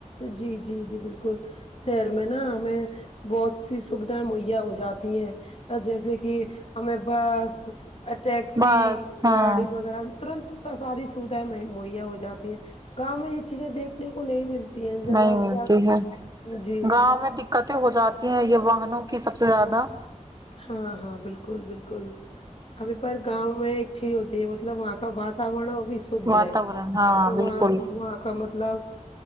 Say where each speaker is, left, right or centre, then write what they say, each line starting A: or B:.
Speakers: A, on the left; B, on the right.
A: جی جی جی بالکل شہر میں نا ہمیں بہت سی سویدھائیں مہیا ہو جاتی ہیں جیسے کہ ہمیں بس ٹیکسی
B: بس ہاں
A: گاڑی وغیرہ میں تورنت ساری سویدھائیں مہیا ہو جاتی ہیں گاؤں میں یہ چیزیں دیھکنے کو نہیں ملتی ہیں جلا
B: نہیں ملتی
A: کیا
B: ہے
A: جی
B: گاؤں میں قطع ہو جاتی ہیں یہ واہنوں کی سب سے زیادہ
A: ہاں ہاں بالکل بالکل ابھی پر گاؤں میں ایک چیز ہوتی ہے مطلب وہاں کا بات <unintelligible> بھی شدھ
B: واتاورن
A: ہے
B: ہاں
A: وہ
B: بالکل
A: وہاں کا مطلب